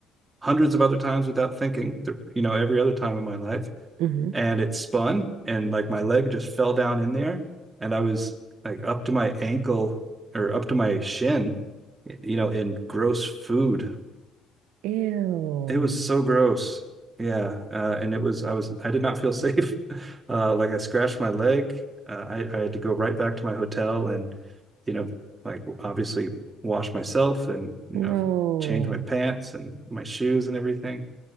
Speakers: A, on the right; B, on the right.
A: hundreds of other times without thinking, th- you know, every other time in my life.
B: hmm
A: And it spun and like my leg just fell down in there. And I was like up to my ankle or up to my shin, you know, in gross food
B: Ew.
A: it was so gross. Yeah, uh, and it was I was I did not feel safe. <laughs> Uh, like I scratched my leg. Uh, I I had to go right back to my hotel and you know like obviously wash myself and you know
B: No.
A: change my pants and my shoes and everything.